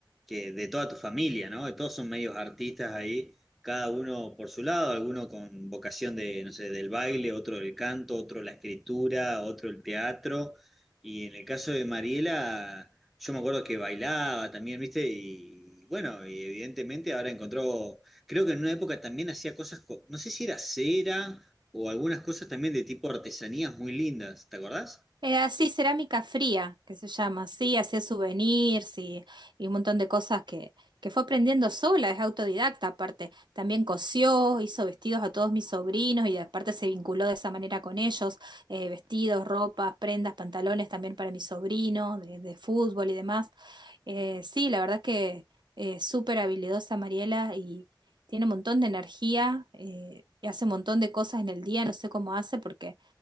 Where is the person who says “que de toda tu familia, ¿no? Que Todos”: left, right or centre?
Centre